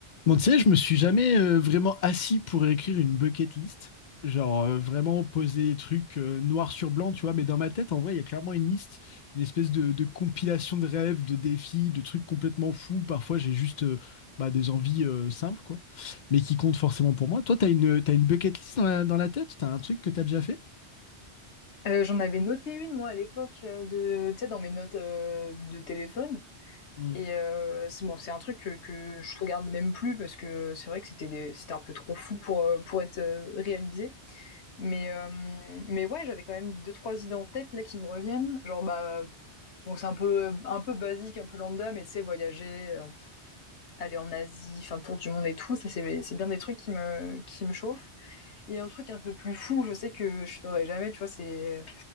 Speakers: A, on the left; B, on the left.
A: Bon, tu sais, je me suis jamais euh, vraiment assis pour écrire une bucket list. Genre, euh, vraiment poser des trucs euh, noir sur blanc, tu vois. Mais dans ma tête, en vrai, il y a clairement une liste, une espèce de, de compilation de rêves, de défis, de trucs complètement fous. Parfois, j'ai juste euh, bah, des envies euh, simples, quoi. Mais qui comptent forcément pour moi. Toi, t'as une, t'as une bucket list dans la, dans la tête? T'as un truc que t'as déjà fait?
B: Euh, j'en avais noté une, moi, à l'époque, euh, de, tu sais, dans mes notes euh, de téléphone.
A: Hmm.
B: Et euh, c'est bon, c'est un truc que, que je regarde même plus parce que c'est vrai que c'était des- c'était un peu trop fou pour, euh, pour être euh, réalisé. Mais, euh, mais ouais, j'avais quand même deux, trois idées en tête là qui me reviennent. Genre, bah, bon, c'est un peu, un peu basique, un peu lambda, mais tu sais, voyager, euh, aller en Asie, faire le tour du monde et tout, ça, c'est c'est bien des trucs qui me, qui me chauffent. Et un truc un peu plus fou, je sais que je ferais jamais, tu vois, c'est